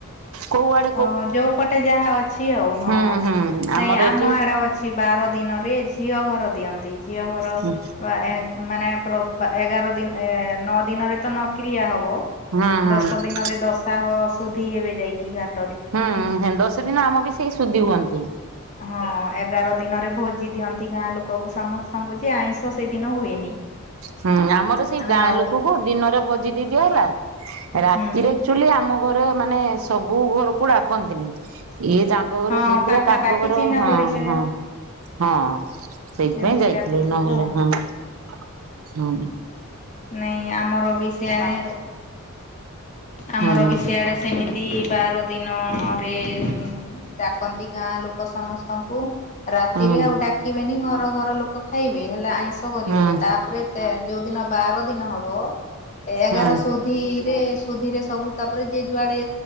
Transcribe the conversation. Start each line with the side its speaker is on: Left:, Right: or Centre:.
Right: କୋଉଆଡେ
Left: ହଁ ଯୋଉ ପଟେ ଯାହା ଅଛି ଆଉ ହଁ
Right: ହୁଁ ହୁଁ ଆମର
Left: ନାଇଁ ଆମ
Right: ଏଠି
Left: ଆଡେ ଅ ଛି ବାର ଦିନରେ ଝିଅ ଘର ଦିଅନ୍ତି ଝିଅ ଘର
Right: ହୁଁ
Left: ପା ଏ ମାନେ ପ୍ର ବା ଏଗାର ଦିନ ନଅ ଦିନରେ ନଅ କ୍ରିୟା ହବ।
Right: ହୁଁ
Left: ଦଶ ଦିନରେ ଦଶାହ ଶୁଦ୍ଧି ହେବେ ଯାଇକି ଗା
Right: ହୁଁ ହେଲ୍ ଦଶ ଦିନ ଆମ ବି ସେଇ ସୁଧି ହୁଅନ୍ତି।
Left: ହଁ ଏଗାର ଦିନରେ ଭୋଜି ଦିଅନ୍ତି ଗାଁ ଲୋକକୁ ସମସ୍ତଙ୍କୁ ଯେ ଆଇଁଷ ସେଦିନ ହୁଏନି।
Right: ହୁଁ ଆମର ସେଇ
Left: ଆଉ
Right: ଗାଁ ଲୋକକୁ ଦିନରେ ଭୋଜି ଦେଇଦିଅ ହେଲା ରାତିରେ
Left: ହୁଁ
Right: ଚୁଲି ଆମ ପରେ ମାନେ ସବୁ ଘରକୁ ଡାକନ୍ତିନି ଏଇ ଜା ଏଙ୍କ ଘର
Left: ହଁ
Right: ହେଇଥିଲା
Left: ପାଖାପାଖି
Right: ତାଙ୍କ ଘର
Left: ଚିହ୍ନା
Right: ହଁ
Left: ପରିଚୟ
Right: ହଁ ହଁ। ସେଇଥିପାଇଁ
Left: ଏମିତି
Right: ଯାଇଥିଲୁ
Left: ଡାକୁଥିବେ
Right: ନହେଲେ
Left: ଆଉ।
Right: ହଁ ହୁଁ।
Left: ନାଇଁ ଆମର ବି ଶେଣେ ଆମର
Right: ହୁଁ।
Left: ବି ସେଆଡେ ସେମିତି ବାର ଦିନରେ ଡାକନ୍ତି ଗାଁ ଲୋକ ସମସ୍ ତଙ୍କୁ ରାତିରେ
Right: ହୁଁ
Left: ଆଉ ଡାକିବେନି ଘର ଘର ଲୋକ ଖାଇବେ ହେଲେ ଆଇଁ ଇଁସ କରିବେନି
Right: ହୁଁ
Left: ତାପରେ ତେ ଯୋଉ ଦିନ ବାର ଦିନ ହବ ଏଗାର
Right: ହୁଁ
Left: ସୂ ଧୀରେ ସୁଧିରେ ସବୁ ତାପରେ ଯେ ଯୁଆଡେ